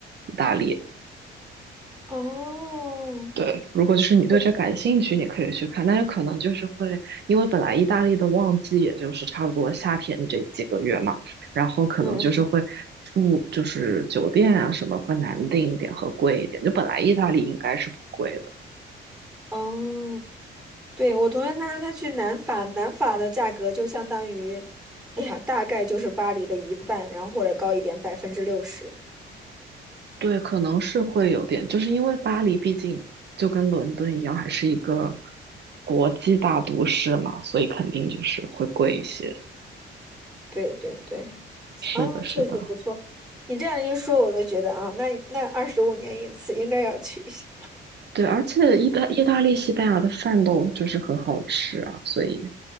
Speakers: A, on the right (about 60°); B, in the centre.
A: 意大利。
B: 哦。
A: 对，如果就是你对这感兴趣，
B: 我。
A: 你可以去看，但是可能就是会，因为本来意大利的旺季也就是差不多夏天这几个月嘛，然后可能就是会住就是酒店啊什么会难订一点和贵一点，
B: 嗯。
A: 就本来意大利应该是不贵的。
B: 哦，对，我同学他说他去南法，南法的价格就相当于，哎呀，大概就是巴黎的一半，然后或者高一点，百分之六十。
A: 对，可能是会有点，就是因为巴黎毕竟就跟伦敦一样，还是一个国际大都市嘛，所以肯定就是会贵一些。
B: 对对对，
A: 是的，
B: 啊，
A: 是的，
B: 确实不错。你这样一说，我都觉得啊，那那二十五年一次应该要去一下，
A: 对，而且意大意大利、西班牙的饭都就是很好吃啊，所以